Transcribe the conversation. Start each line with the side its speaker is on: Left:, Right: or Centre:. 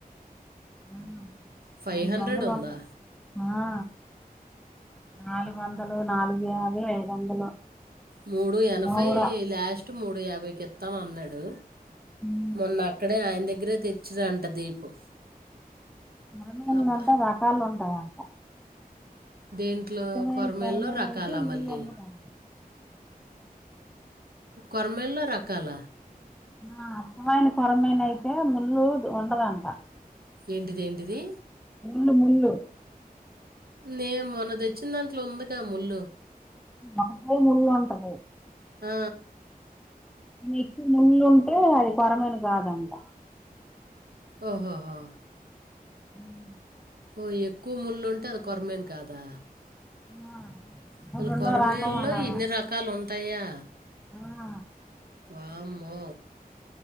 Centre: ఆ
Right: ఫైవ్
Centre: ఐదు
Right: హండ్రెడ్
Centre: వందలు
Right: ఉందా
Centre: ఉంటది ఆ నాలుగు వందలు నాలుగు వభ ఐదు వందలు
Right: మూడు ఎనభై
Centre: మూడ
Right: లాస్ట్ మూడు యాభైకి ఇస్తాం అన్నాడు
Centre: హ్మ్
Right: మొన్న అక్కడే ఆయన దగ్గరే తెచ్చిినంట దీపు
Centre: మరమలు
Right: అబ్బా
Centre: అంటే రకాలు ఉంటాయా
Right: దేంట్లో
Centre: అచ్చమైన
Right: కొరమేల్లో
Centre: కొరమీను
Right: రకాల
Centre: అయితే ముళ్ళు
Right: మళ్ళీ
Centre: ఉండదంట
Right: కొరమేల్లో రకాల
Centre: ఆ అత్తమాయిన కొరమైన అయితే ముళ్ళు ఉండదంట
Right: ఏంటిది ఏంటిది
Centre: ముళ్ళు ముళ్ళు
Right: నే మొన్న తెచ్చిన దాంట్లో ఉందిగా ముళ్ళు
Centre: మట మున్నంటద
Right: ఆ
Centre: నీకు ముళ్ళు ఉంటే, అది కొరమీను గాదంట.
Right: ఓ హో హో.
Centre: ఉమ్.
Right: ఓ ఎక్కువ ముళ్ళు ఉంటే, అది కొరమీను కాదా.
Centre: ఉమ్ ఆ.
Right: అసల్
Centre: ఓ రెండో
Right: కొరమిన్లో,
Centre: రకం అలాగా
Right: ఇన్ని రకాల్ ఉంటాయా.
Centre: ఆ
Right: వామ్మో.